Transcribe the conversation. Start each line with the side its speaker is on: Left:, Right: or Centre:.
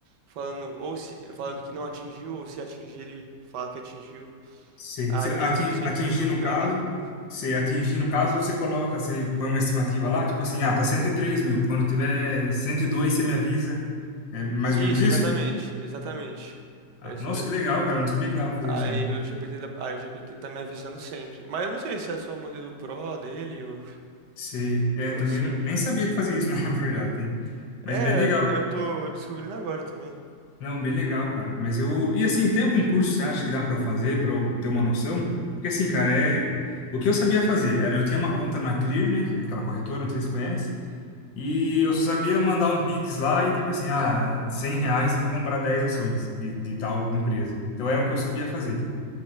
Right: falando ou se falando que não atingiu ou se atingir ele fala que atingiu.
Left: Sei.
Right: Aí
Left: Você atin-
Right: eu sempre
Left: atingir
Right: tô
Left: no
Right: ligado,
Left: caso,
Right: entendeu?
Left: você atingir no caso, você coloca, você põe uma estimativa lá, tipo assim, ah, tá 103 mil. Quando tiver 102 você me avisa. É mais
Right: Isso,
Left: ou menos isso?
Right: exatamente, exatamente.
Left: Ah,
Right: É isso
Left: nossa,
Right: mesmo.
Left: que legal, cara. Eu não sabia que dava pra fazer
Right: Aí
Left: isso, não.
Right: o GPT, da- aí o GPT tá me avisando sempre. Mas eu não sei se é só o modelo Pro dele ou,
Left: Sei. É,
Right: ou
Left: também
Right: se.
Left: não, nem sabia que fazia isso, <laughs> na verdade, né? Mas
Right: É,
Left: bem legal.
Right: é, me- eu tô descobrindo agora também.
Left: Não, bem legal, cara. Mas eu. E assim, tem algum curso que você acha que dá pra eu fazer, pra eu ter uma noção? Porque assim, cara, é. O que eu sabia fazer era. Eu tinha uma conta na Clear, né? que é Aquela corretora, não sei se você conhece. E eu só sabia mandar um Pix lá e tipo assim, ah, 100 reais eu vou comprar 10 ações de, de tal empresa. Então era o que eu sabia fazer.